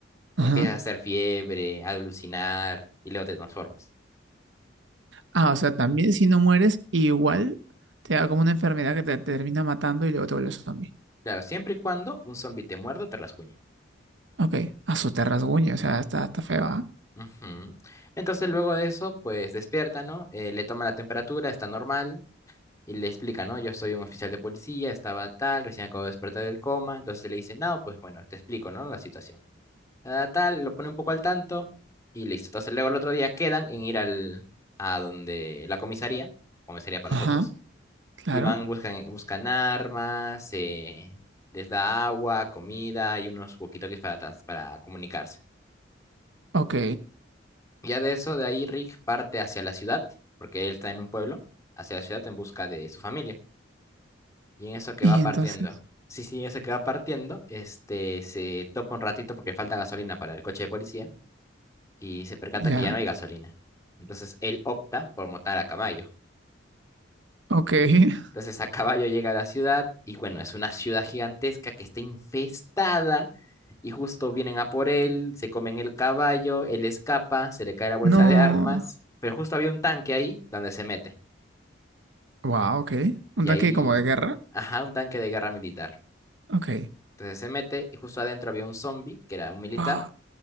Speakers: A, on the right (about 75°); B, on the left (about 15°).
A: Ajá.
B: empiezas a hacer fiebre, a alucinar y luego te transformas.
A: Ah, o sea, también si no mueres, igual te da como una enfermedad que te, te termina matando y luego te vuelves zombie.
B: Claro, siempre y cuando un zombi te muerda o te rasguñe.
A: Ok, a su te rasguña, o sea, está, está feo, ¿ah?
B: Ujú. Entonces luego de eso, pues despierta, ¿no? Eh, le toma la temperatura, está normal, Y le explica, ¿no? Yo soy un oficial de policía, estaba tal, recién acabo de despertar del coma. Entonces le dice, no, pues bueno, te explico, ¿no? La situación. Tal, tal, lo pone un poco al tanto y listo. Entonces luego el otro día quedan en ir al, a donde la comisaría, comisaría para
A: Ajá,
B: nosotros,
A: claro.
B: y van, buscan, buscan armas, eh, les da agua, comida y unos walkie-talkies para, trans- para comunicarse.
A: Ok.
B: Ya de eso, de ahí Rick parte hacia la ciudad, porque él está en un pueblo, hacia la ciudad en busca de su familia. Y en eso que
A: Y
B: va partiendo.
A: entonces,
B: Sí, sí, en eso que va partiendo, este, se topa un ratito porque falta gasolina para el coche de policía y se percata
A: ya.
B: que ya no hay gasolina. Entonces él opta por montar a caballo.
A: Ok. <laughs>
B: Entonces a caballo llega a la ciudad y bueno, es una ciudad gigantesca que está infestada y justo vienen a por él, se comen el caballo, él escapa, se le cae la bolsa
A: No.
B: de armas, pero justo había un tanque ahí donde se mete.
A: Wow, ok. Un
B: Y
A: tanque
B: ahí,
A: como de guerra.
B: ajá, un tanque de guerra militar.
A: Ok.
B: Entonces se mete y justo adentro había un zombie, que era un militar,
A: Wow.